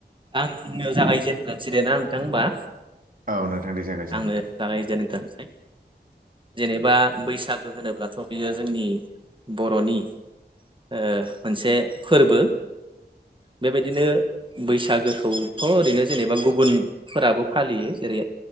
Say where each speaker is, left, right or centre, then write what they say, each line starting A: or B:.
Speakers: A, on the right; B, on the right.
A: आंनो जागायजेगोरनोसै दे ना नोंथां होमबा।
B: औ नोंथां बे जायग्रोदों
A: आंनो जागायजेनग्रोनोसै जेनेबा बैसागो होनोब्लाथ' बियो जोंनि बर'नि ओ मोनसे फोरबो। बेबायदिनो बैसाग बैसागोखौथ' ओरैनो जेनेबा गुबुनफोराबो फालियो जेरै